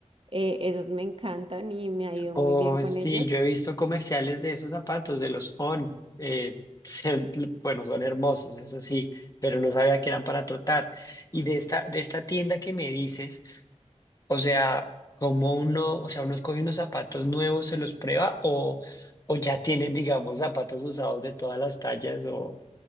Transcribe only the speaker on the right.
eh, esos me encantan y me ha ido
muy bien con
ellos.